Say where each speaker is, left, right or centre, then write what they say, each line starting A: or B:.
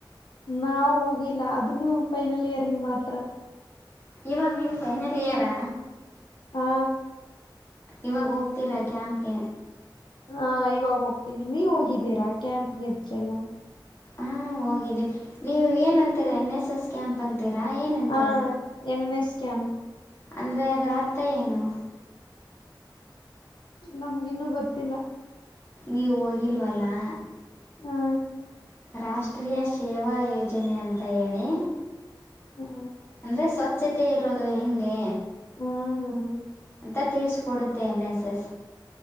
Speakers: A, on the left; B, on the left.
A: ನಾವ ಹೋಗಿಲ್ಲ ಅದನ್ನು ಫೈನಲ್ ಇಯರ್ಗೆ ಮಾತ್ರ.
B: ಇವಾಗ ನೀವು ಫೈನಲ್ ಇಯರಾ.
A: ಹಾ.
B: ಇವಾಗ ಹೋಗ್ತೀರಾ ಕ್ಯಾಂಪ್ಗೆ.
A: ಹಾ ಇವಾಗ ಹೋಗ್ತೀವಿ ನೀವ ಹೋಗಿದ್ದೀರಾ ಕ್ಯಾಂಪ್ ಎದಗೆಲ್ಲ.
B: ಹಾ ಹೋಗಿದ್ದೀವಿ ನೀವು ಏನಂತೀರಾ ಎನ್ ಎಸ್ ಎಸ್ ಕ್ಯಾಂಪ್ ಅಂತೀರಾ ಏನಂತೀರಾ.
A: ಹಾ N N S camp.
B: ಅಂದ್ರೆ ಅದರಥ ಏನು.
A: ನಮ್ಗಿನ್ನುೂ ಗೊತ್ತಿಲ್ಲ.
B: ನೀವು ಹೋಗಿಲ್ವಲ್ಲಾ.
A: ಹಾ
B: ರಾಷ್ಟ್ರೀಯ ಸೇವಾ ಯೋಜನೆ ಅಂತ ಹೇಳಿ.
A: ಹಾ
B: ಅಂದ್ರೆ ಸ್ವಚ್ಛತೆ ಇರೋದು ಹೆಂಗೆ.
A: ಹಾ ಹಾ
B: ಅಂತ ತಿಳಿಸಕೊಡುತ್ತೆ ಎನ್ ಎಸ್ ಎಸ್